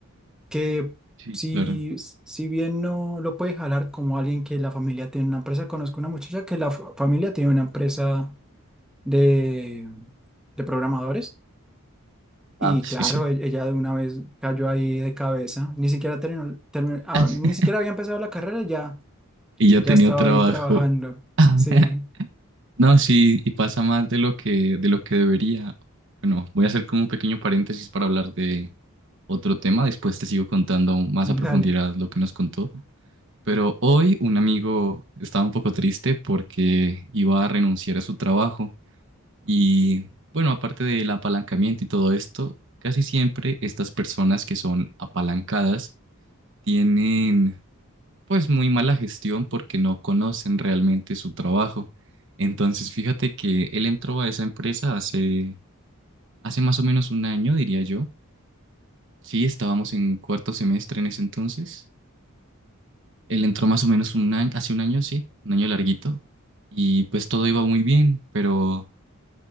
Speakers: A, in the centre; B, on the right (about 60°).
A: que
B: Sí,
A: si,
B: claro.
A: si bien no lo puede jalar como alguien que la familia tiene una empresa, conozco una muchacha que la fa- familia tiene una empresa de, de programadores y
B: Ah, sí,
A: claro,
B: sí.
A: e- ella de una vez cayó ahí de cabeza, ni siquiera terminó, termi- ah,
B: <laughs>
A: ni siquiera había empezado la carrera y ya,
B: Y ya
A: ya
B: tenía
A: estaba
B: trabajo.
A: ahí trabajando.
B: <laughs>
A: Sí,
B: No, sí, y pasa más de lo que, de lo que debería. Bueno, voy a hacer como un pequeño paréntesis para hablar de otro tema. Después te sigo contando más
A: <laughs>
B: a profundidad
A: dale.
B: lo que nos contó. Pero hoy un amigo estaba un poco triste porque iba a renunciar a su trabajo. Y bueno, aparte del apalancamiento y todo esto, casi siempre estas personas que son apalancadas tienen pues muy mala gestión porque no conocen realmente su trabajo. Entonces, fíjate que él entró a esa empresa hace, hace más o menos un año, diría yo. Sí, estábamos en cuarto semestre en ese entonces. Él entró más o menos un año, hace un año, sí, un año larguito. Y pues todo iba muy bien, pero